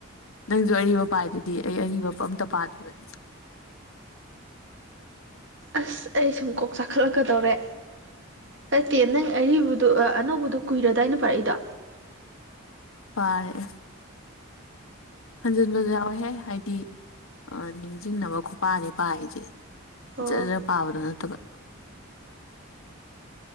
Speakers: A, on the left (about 70°); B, on the right (about 55°).
A: ꯅꯪꯁꯨ ꯑꯔꯤꯕ ꯄꯥꯏꯗꯨꯗꯤ ꯑꯩ ꯑꯔꯤꯕ ꯑꯝꯇ ꯄꯥꯗ꯭ꯔꯤꯕꯅꯦ
B: ꯑꯁ ꯑꯩ ꯁꯨꯝ ꯀꯣꯛ ꯆꯥꯈꯠꯂꯛꯀꯗꯧꯔꯦ ꯅꯠꯇꯦ ꯅꯪ ꯑꯔꯤꯕꯗꯨꯣ ꯑꯅꯧꯕꯗꯨꯣ ꯀꯨꯏꯔꯗꯥꯏꯅ ꯄꯥꯔꯛꯏꯗꯣ
A: ꯄꯥꯔꯛꯦ ꯍꯟꯖꯤꯟꯕꯁꯨ ꯌꯥꯎꯋꯦꯍꯦ ꯍꯥꯏꯗꯤ ꯅꯤꯡꯁꯤꯡꯅꯕ ꯈꯨꯄꯥꯅꯦ ꯄꯥꯔꯤꯁꯦ
B: ꯑꯣ
A: ꯖꯔ ꯖꯔ ꯄꯥꯕꯗꯣ ꯅꯠꯇꯕ